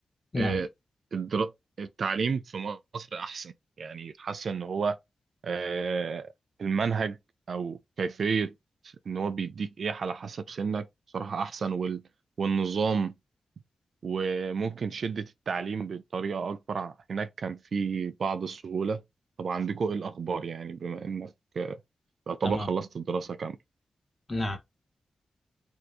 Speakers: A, on the left; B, on the right.
A: نعم
B: آه، الدرا- التعليم في مصر احسن يعني حاسس ان هو آه، المنهج او كيفيه ان هو بيديك ايه على حسب سنك بصراحه احسن وال... والنظام وممكن شده التعليم بطريقه اكبر هناك كان في بعض السهوله طب عندكم ايه الاخبار يعني بما انك آه، يعتبر
A: تمام
B: خلصت الدراسه كامله
A: نعم